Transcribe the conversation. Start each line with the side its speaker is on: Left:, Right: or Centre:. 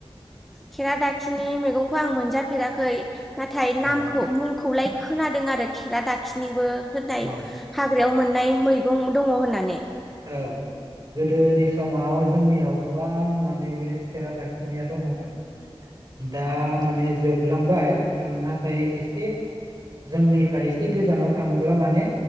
Centre: खेराादाखिनि मैगंखौ आं मोनजाफेराखै नाथाय नामखौ
Right: औ
Centre: मुंखौलाय खोनादों आरो खेरा दाखिनिबो होननाय
Right: औ
Centre: हाग्रायाव मोन नाय मैगं दङ होननानै
Right: औ गोदोनि समाव जोंनियाव गोबां माने बे खेरा दाखिनिया दङमोन दा माने जोबलांबाय नाथाय एसे जोंनिफ्राय एसे गोजानाव थाङोब्ला माने